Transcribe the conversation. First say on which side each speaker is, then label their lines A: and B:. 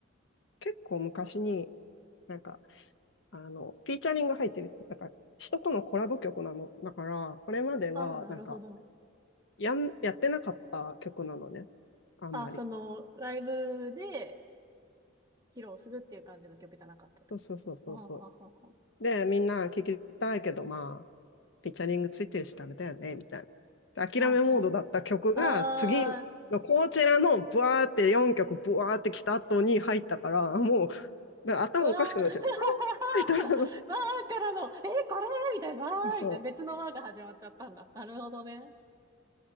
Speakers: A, on the left; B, on the right.
A: 結構昔になんか、あの、フィーチャリング入ってる、なんか人とのコラボ曲なの。だから、これまではなんか
B: ああ、なるほど。
A: やん、やってなかった曲なのね。あんまり。
B: あ、その、ライブで披露するっていう感じの曲じゃなかった。
A: そうそうそうそうそ
B: はあはあはあはあ。
A: う。で、みんな聞きたいけど、まあ、ピッチャリングついてるしダメだよね、みたいな。で諦めモードだった曲が、
B: はあ、ああー、
A: 次のこちらのブワーって4曲ブワーって来た後に入ったから、もう、で頭おかしくなっちゃって、
B: うわー <laughs> わ
A: あーみたいな。
B: あからの、えー、これみたいな、わーみたいな、
A: そう。
B: 別のわあが始まっちゃったんだ。なるほどね。